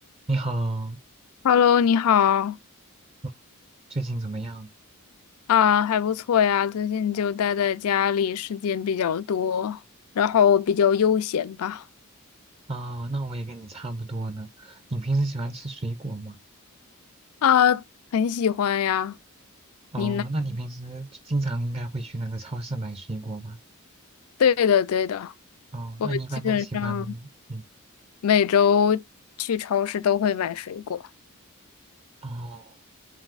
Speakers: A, on the right; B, on the left.
A: 你好，
B: Hello，你好
A: 嗯最近怎么样？
B: 啊，还不错呀。最近就待在家里，时间比较多，然后比较悠闲吧。
A: 啊、那我也跟你差不多呢。你平时喜欢吃水果吗？
B: 啊，很喜欢呀。
A: 哦，
B: 你呢？
A: 那你平时经常应该会去那个超市买水果吗？
B: 对的，对的，
A: 哦，
B: 我基本上
A: 那你一般都喜欢，嗯，
B: 每周去超市都会买水果。
A: 哦，